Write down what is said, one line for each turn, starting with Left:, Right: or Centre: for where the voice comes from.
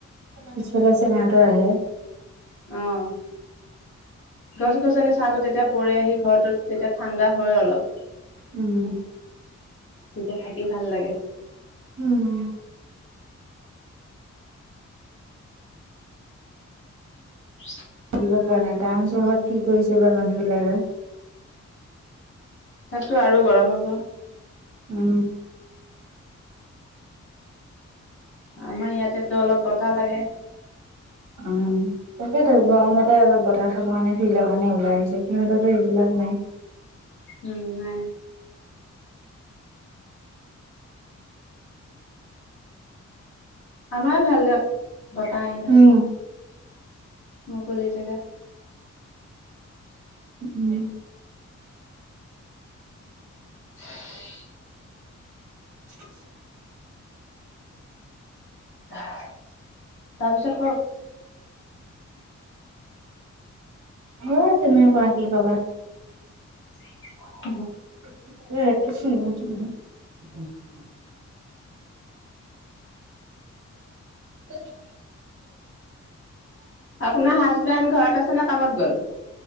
Right: পিছফালে চেঙাটো আহে
Left: অ'। গছ গছনি ছা টো তেতিয়া পৰে আহি ঘৰৰটোত তেতিয়া ঠাণ্ডা হয় অলপ
Right: উম।
Left: তেতিয়া থাকি ভাল লাগে।
Right: উম।
Left: <inaudible>
Right: <unintelligible> পৰা নাই টাউন চহৰত কি কৰিছে বা মানুহ বিলাকে?
Left: তাতটো আৰু গৰম হ'ব।
Right: উম।
Left: আমাৰ ইয়াতেতো অলপ বতাহ লাগে।
Right: অ' তাকেতো গৰমতে অলপ বতাহ খাব কাৰণে ফিল্ডৰ কাণে ওলাই আহিছোঁ সিহঁতৰ‌টো সেইবিলাক নাই। <inaudible>
Left: উম নাই। আমাৰ ভাল দিয়ক বতাহ আহি থাকে।
Right: উম,
Left: মুকলি জেগা।
Right: উম।
Left: <inaudible>
Right: <inaudible>
Left: তাৰপিছত কওক।
Right: অ' তুমি কোৱা কি কবা।
Left: <inaudible>
Right: <unintelligible> <inaudible>
Left: আপোনাৰ হাজবেণ্ড ঘৰত আছে নে কামত গ'ল